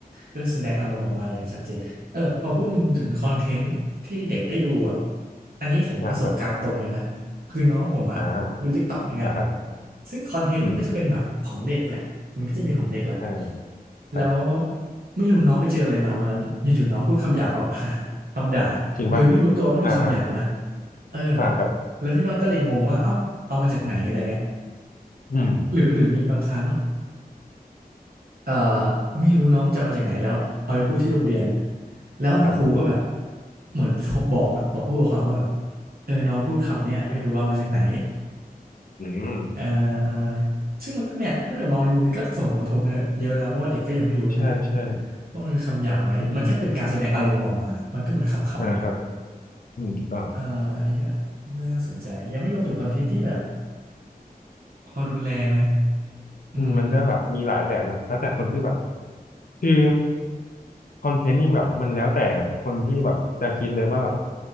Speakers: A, on the right; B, on the left.
A: ก็จะแสดงอารมณ์ออกมาอย่างชัดเจนเออพอพูดในมุมถึงคอนเทนต์ที่เด็กได้ดูอะอันนี้ผมประสบการณ์ตรงเลยนะ
B: อ่าครับ
A: คือน้องผมอะดู
B: อ่า
A: t ิกต็อกเหมือนกัน
B: อ่าครับ
A: ซึ่งคอนเทนต์มันก็จะเป็นแบบของเด็กแหละมันก็จะมีของเด็กแหละ
B: อืมอ่าครับ
A: แล้วไม่รู้น้องไปเจออะไรมาวันนั้นอยู่ๆน้องพูดคำหยาบออกมา <laughs> คำด่า
B: จริงปะ
A: โดยไม่รู้ตัวว่ามันคือคำหยาบนะ
B: อ่าอ่า
A: เออ
B: อ่าครับ
A: แล้วที่บ้านก็เลยงงว่าเอ้าเอามาจากไหนอะไรเงี้ย
B: อืม
A: หรือหรือมีบางครั้งเอ่อไม่รู้น้องจำมาจากไหนแล้วเอาไปพูดที่โรงเรียนแล้วคุณครูก็แบบ
B: ครับ
A: เหมือนโทรบอกอะบอกผู้ปกครองว่าแบบเออน้องพูดคำเนี่ยไม่รู้ว่าเอามาจากไหน
B: อืม
A: เอ่อเอ่อซึ่งมันก็เนี่ยถ้าเกิดมองในมุมนี้ก็ส่งผลกระทบเนอะเยอะนะ เพราะว่าเด็กก็ยังไม่รู้ใช่ไหม
B: ใช่ใช่
A: ว่ามันคือคำหยาบไหมมันแค่เป็นการแสดงอารมณ์ออกมามันก็เหมือนคำคำหนึ่งอ่ะ
B: อืมอ่าครับอืมถูกต้อง
A: เอ่ออันนี้ก็ก็น่าสนใจ ยังไม่รวมถึงคอนเทนต์ที่แบบความรุนแรงนะอืม
B: อืมมันก็แบบมีหลายแบบนะแล้วแต่คนที่แบบคือคอนเทนต์นี่แบบมันแล้วแต่คนที่แบบจะคิดเลยว่าแบบ